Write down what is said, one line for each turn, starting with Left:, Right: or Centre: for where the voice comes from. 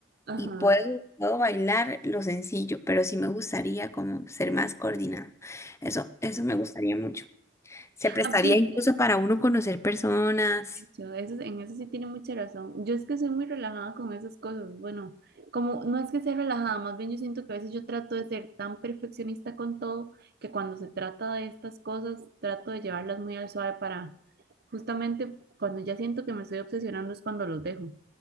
Right: Ajá.
Left: y puedo, puedo bailar lo sencillo, pero sí me gustaría como ser más coordinada. Eso, eso me gustaría mucho. Se prestaría
Right: Ah, Yo, sí
Left: incluso para uno conocer personas.
Right: Yo eso- en eso sí tiene mucha razón. Yo es que soy muy relajada con esas cosas. Bueno, como no es que sea relajada, más bien yo siento que a veces yo trato de ser tan perfeccionista con todo que cuando se trata de estas cosas trato de llevarlas muy al suave para justamente cuando ya siento que me estoy obsesionando es cuando los dejo,